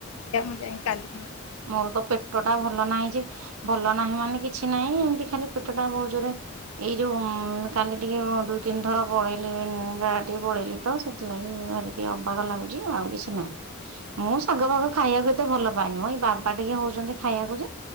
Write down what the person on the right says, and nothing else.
ମୋର ତ ପେଟ ଟା ଭଲ ନାହିଁ ଯେ ଭଲ ନାହିଁ ମାନେ କିଛି ନାହିଁ ଏମତି ଖାଲି ପେଟଟା ବହୁ ଜୋରେ ଏଇ ଯୋଉ ଉଁ କାଲି ଟିକେ ଦୁଇ ତିନିଥର ପଳେଇଲି ଗାଁ ଟିକେ ପଳେଇଲି ତ ସେଥିଲାଗି ଭାରି ଟିକେ ଅବାଗ ଲାଗୁଛି ଆଉ କିଛି ନାହିଁ। ମୁଁ ଶାଗ ଫାଗ ଖାଇବାକୁ ଏତେ ଭଲ ପାଏନି ମ ଏଇ ବାବା ଟିକେ ହଉଛନ୍ତି ଖାଇବାକୁ ଯେ